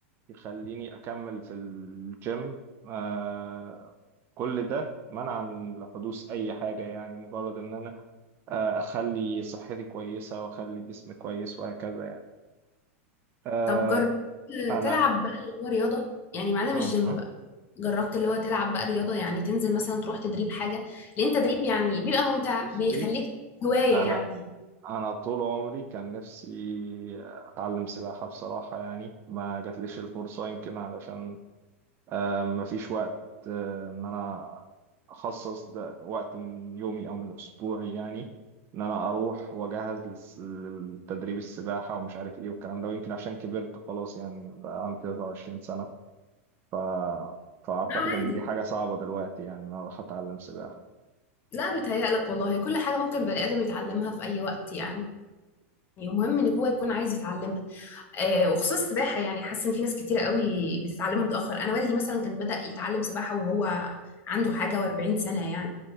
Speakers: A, on the right; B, on the left.
A: يخليني اكمل في الجيم آه كل ده منعا لحدوث اي حاجه يعني مجرد ان انا آه اخلي صحتي كويسه واخلي جسمي كويس وهكذا يعني آه
B: طب جربت
A: انا
B: تلعب بقى اللي هو رياضة يعني معانا
A: أها
B: مش جيم بقى جربت اللي هو تلعب بقى رياضة يعني تنزل مثلا تروح تدريب حاجة لأن تدريب يعني بيبقى ممتع
A: بصي
B: بيخليك هواية
A: انا
B: يعني
A: انا طول عمري كان نفسي اتعلم سباحة بصراحة يعني ما جاتليش الفرصة يمكن علشان آه، ما فيش وقت آه، ان انا اخصص ده وقت من يومي او من اسبوعي يعني ان انا اروح واجهز للس- للتدريب السباحة ومش عارف ايه والكلام ده ويمكن عشان كبرت خلاص يعني بقى عندي 23 سنة ف... فاعتقد
B: لا عادي
A: ان دي حاجة صعبة دلوقتي يعني ان انا اروح اتعلم سباحة
B: لا بيتهيألك والله كل حاجة ممكن بني آدم يتعلمها في أي وقت يعني المهم ان هو يكون عايز يتعلمها آه وخصوصا السباحه يعني حاسه ان في ناس كتيره قوي بتتعلمها متاخر انا والدي مثلا كان بدا يتعلم سباحه وهو عنده حاجه و40 سنه يعني